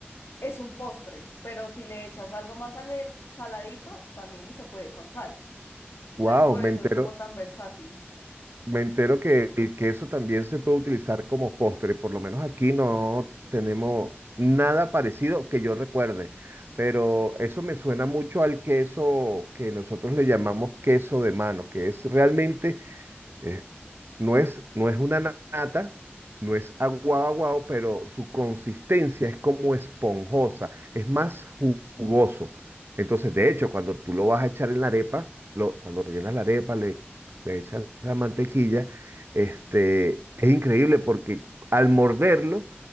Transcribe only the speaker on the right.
Wow,
me
entero.
Me entero que el queso también se puede utilizar como postre, por lo menos aquí no tenemos nada parecido que yo recuerde, pero eso me suena mucho al queso que nosotros le llamamos queso de mano, que es realmente es- no es, no es una na- nata, no es aguado aguado, pero su consistencia es como esponjosa, es más ju- jugoso. Entonces, de hecho, cuando tú lo vas a echar en la arepa, lo- cuando rellenas la arepa, le, le echas la mantequilla,
este, es increíble porque al morderlo,